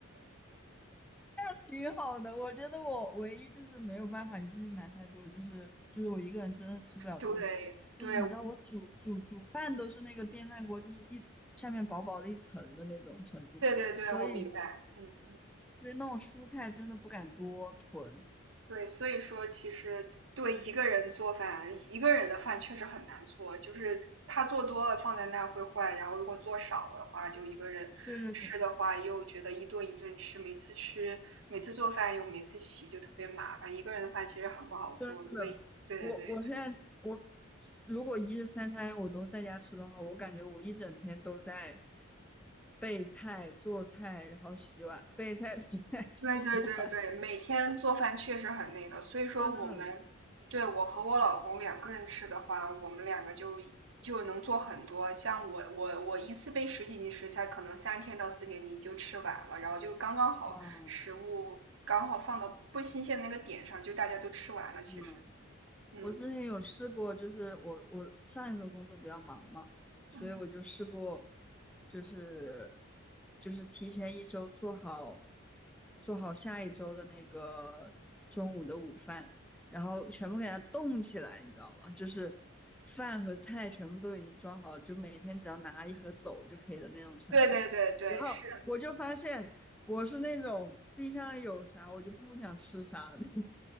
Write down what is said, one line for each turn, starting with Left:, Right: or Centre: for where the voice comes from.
Centre: 那挺好的，我觉得我唯一就是没有办法一次性买太多，就是就是我一个人真的吃不了多少。
Right: 对对
Centre: 就是你知道我煮煮煮饭都是那个电饭锅，就是一下面薄薄的一层的那种程度，
Right: 对对对，
Centre: 所以
Right: 我明白，嗯嗯。
Centre: 对那种蔬菜真的不敢多囤。
Right: 对，所以说其实对一个人做饭，一个人的饭确实很难做，就是他做多了放在那儿会坏，然后如果做少了的话，就一个人吃的话又觉得一顿一顿吃，
Centre: 对对对。
Right: 每次吃每次做饭又每次洗就特别麻烦，一个人的饭其实很不好做，
Centre: 真的，
Right: 因为对对对，
Centre: 我我现在我如果一日三餐我都在家吃的话，我感觉我一整天都在备菜、做菜，然后洗碗，备菜、做菜、洗碗，
Right: 对对对对，每天做饭确实很那个，所以说我们，
Centre: 真的很累。
Right: 对，我和我老公两个人吃的话，我们两个就就能做很多。像我我我一次备十几斤食材，可能三天到四天你就吃完了，然后就刚刚好，
Centre: 哇，
Right: 食物刚好放到不新鲜那个点上，就大家都吃完了。其实，
Centre: 嗯，
Right: 嗯。
Centre: 我之前有试过，就是我我上一份工作比较忙嘛，所以我就试过，
Right: 嗯，
Centre: 就是就是提前一周做好做好下一周的那个中午的午饭，然后全部给它冻起来，你知道吗？就是饭和菜全部都已经装好了，就每天只要拿一盒走就可以的那种程度。
Right: 对对对对，
Centre: 然后我就发现我是那种冰箱里有啥我就不想吃啥的那种。
Right: 是，